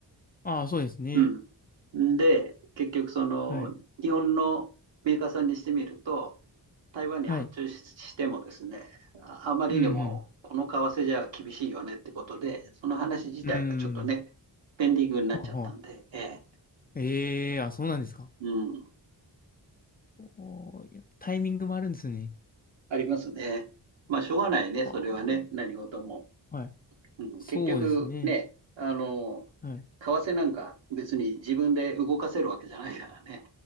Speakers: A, on the left; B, on the right.
A: ああ、そうですね。
B: うん。で、結局、その、
A: はい、
B: 日本のメーカーさんにしてみると、台湾に発注ししてもですね、
A: はい、
B: ああまりにもこの為替じゃ厳しいよねってことで、
A: うん、
B: その話自体がちょっとね、
A: うん、うん、
B: ペンディングになっちゃったんで、
A: はあはあ。
B: ええ、
A: ええあ、そうなんですか。
B: うん、
A: おー、やっぱタイミングもあるんですね。
B: ありますね。まあ、しょうがないね、
A: ああ、
B: それはね、何事も。
A: はい。
B: うん、
A: そうですね。
B: 結局ね、あの、
A: はい。
B: 為替なんか別に自分で動かせるわけじゃないからね。